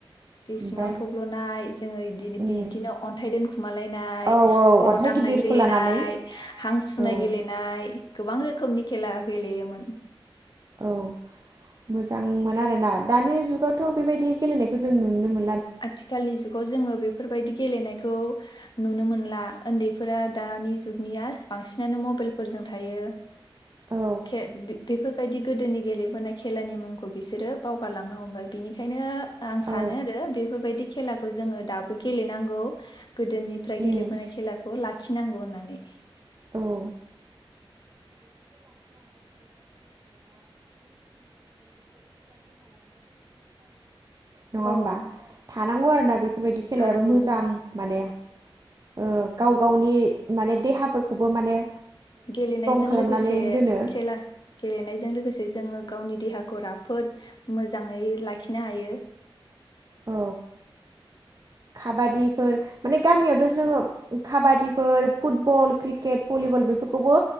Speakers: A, on the left; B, on the right.
A: दै
B: ओमफ्राय
A: सिङाव थब्ल'नाय जोङो बिदिनो
B: उम
A: बिदिनो अन्थाइ दोनखुमालायनाय
B: औ औ
A: खर'
B: अन्थाइ
A: दांनाय
B: गिदिरखौ
A: गेलेनाय
B: लानानै
A: हां सुनाय
B: औ
A: गेलेनाय गोबां रोखोमनि खेला गेलेयोमोन
B: औ मोजांमोन आरोना दानि जुगावथ' बेबायदि गेलेनायखौ जों नुनो मोन
A: आथिखालनि जुगाव जोङो बेफोरबायदि गेलेनायखौ नुनो मोनला उन्दैफोरा दानि जुगनिया बांसिनानो मबाइलफोरजों थायो।
B: औ
A: खे बे बेफोरबायदि गोदोनि गेलेबोनाय खेलानि मुंखौ बिसोरो बावगारालांनो हमबाय बिनिखायनो आं सानो
B: औ
A: आरो बे बेदि खेलाखौ जोङो दाबो गेलेनांगौ गोदोनिफ्राय
B: उम
A: गेलेबोनाय खेलाखौ ला खिनांगौ होननानै
B: <unintelligible> नङा होमबा
A: औ
B: थानांगौ आरो ना बेफोरबायदि खेलायाबो
A: थानांगौ
B: मोजां माने ओ गाव गावनि माने देहाफोरख खौबो माने
A: गेलेनायजों
B: खालामनानै
A: लोगोसे
B: दोनो
A: खेला गेलेनायजों लोगोसे जोङो गावनि देहाखौ राफोद मोजाङै लाखिनो हायो।
B: औ काबादिफोर माने गामियावथ' जोङो काबादिफोर फुटबल क्रिकेट भलिबल बेफोरखौबो